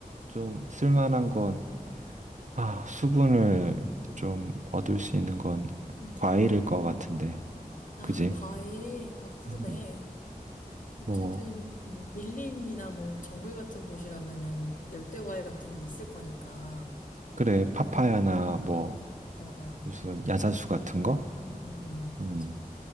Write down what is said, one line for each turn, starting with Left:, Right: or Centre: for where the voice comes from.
Right: 좀 쓸만한 건, 아, 수분을 좀 얻을 수 있는 건
Left: 음.
Right: 과일일 것 같은데,
Left: 아,
Right: 그지?
Left: 과일. 아, 그러네.
Right: 음,
Left: 어쨌든,
Right: 뭐,
Left: 음, 밀림이나 뭐, 정글 같은 곳이라면은, 열대 과일 같은 게 있을 거니까.
Right: 그래, 파파야나 뭐,
Left: 어어.
Right: 무슨 야자수 같은 거?
Left: 응, 응, 응,
Right: 음,
Left: 맞아.